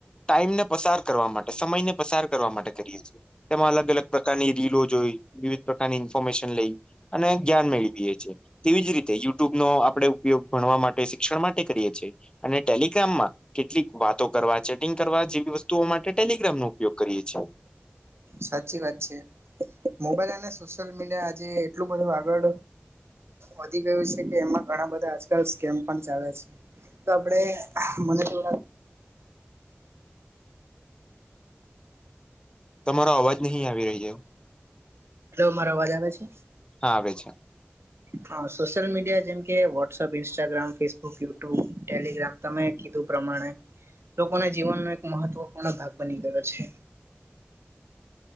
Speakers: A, on the left; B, on the right.
A: ટાઈમને પસાર કરવા માટે સમયને પસાર કરવા માટે કરીએ છીએ. તેમાં અલગ અલગ પ્રકારની રીલો જોઈ વિવિધ પ્રકારની ઇન્ફોર્મેશન લઈ અને જ્ઞાન મેળવીએ છેએ. તેવી જ રીતે યુટ્યુબ નો આપણે ઉપગ ભણવા માટે શિક્ષણ માટે કરીએ છીએ અને ટેલિગ્રામમાં કેટલીક વાતો કરવા ચેટિંગ કરવા જેવી વસ્તુઓ માટે ટેલિગ્રામ નો ઉપયોગ કરીએ છે.
B: સાચી વાત છે મોબાઈલ અને સોશિયલ મીડિયા આજે એટલું બધું આગળ વધી ગયું છે કે એમાં ઘણા બધા આજકાલ સ્કેમ પણ ચાલે છે. તો આપડે મને તો
A: તમારો અવાજ નહીં આવી રહ્યો.
B: હ મારો અવાજ આવે છે?
A: હા આવે છે.
B: હ સોશિયલ મીડિયા જેમકે WhatsApp Instagram Facebook YouTube Telegram તમે કીધું પ્રમાણે લોકોને જીવનનો એક મહત્વપૂર્ણ ભાગ બની ગયો છે.
A: <inaudible>